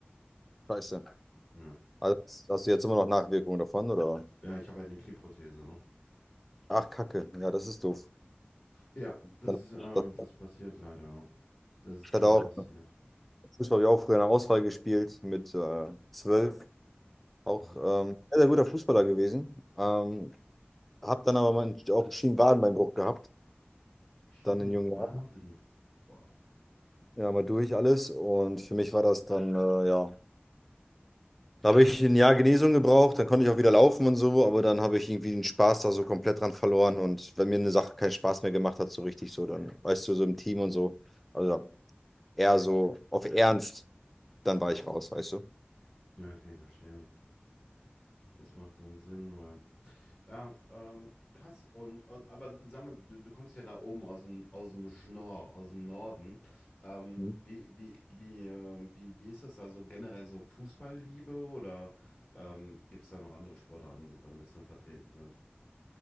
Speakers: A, in the centre; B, on the left.
A: scheiße.
B: Ja,
A: Also, hast du jetzt immer noch Nachwirkungen davon, oder?
B: ja ich habe halt eine Knieprothese, ne?
A: Ach, Kacke. Ja, das ist doof.
B: Ja, das
A: Man-
B: ist, äh,
A: das-
B: das passiert leider. Das ist
A: Ich hatte
B: leider
A: auch,
B: passiert.
A: Fußball habe ich auch früher in der Auswahl gespielt mit äh, zwölf. Auch
B: Mhm.
A: ähm, sehr, sehr guter Fußballer gewesen. Ähm, habe dann aber mal einen, auch einen Schienenwadenbeinbruch gehabt,
B: Schienenwadenbruch.
A: dann in jungen Jahren.
B: Wow.
A: Ja, mal durch alles. Und für mich war das dann, äh, ja, da habe ich ein Jahr Genesung gebraucht, dann konnte ich auch wieder laufen und so, aber dann habe ich irgendwie den Spaß da so komplett dran verloren. Und wenn mir eine Sache keinen Spaß mehr gemacht hat, so richtig so, dann weißt du, so im Team und so, also
B: Mhm.
A: eher so auf Ernst, dann war ich raus, weißt du.
B: Ja, kann ich verstehen. Das macht dann Sinn, weil. Ja, ähm, krass. Und, und aber sag mal, du, du kommst ja da oben aus dem, aus dem Schnorr, aus dem Norden. Ähm,
A: Mhm.
B: wie, wie, wie, äh, wie, wie ist das da so generell so Fußballliebe oder ähm, gibt es da noch andere Sportarten, die so ein bisschen vertreten sind?